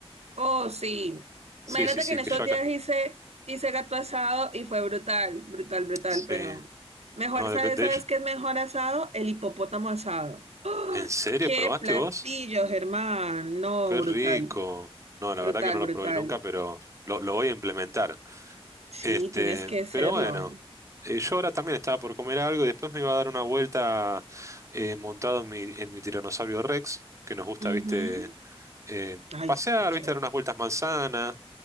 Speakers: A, on the right (about 85°); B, on the right (about 30°).
A: Oh, sí.
B: Sí,
A: Imagínate
B: sí, sí,
A: que en
B: que
A: esos
B: yo acá.
A: días hice, hice gato asado y fue brutal, brutal, brutal,
B: Sí,
A: pero mejor,
B: no,
A: ¿sabes,
B: de, de
A: sabes
B: hecho,
A: qué es mejor asado? El hipopótamo asado. ¡Ah!
B: ¿en serio
A: ¡Qué
B: probaste
A: platillo,
B: vos?
A: Germán! No,
B: Qué
A: brutal,
B: rico. No, la
A: brutal,
B: verdad que no
A: brutal.
B: lo probé nunca, pero lo, lo voy a implementar.
A: Sí,
B: Este,
A: tienes que hacerlo.
B: pero bueno, eh, yo ahora también estaba por comer algo y después me iba a dar una vuelta eh, montado en mi, en mi tiranosaurio Rex, que nos gusta,
A: Ujú.
B: viste, eh,
A: Ay,
B: pasear,
A: súper chévere.
B: viste, dar unas vueltas manzanas,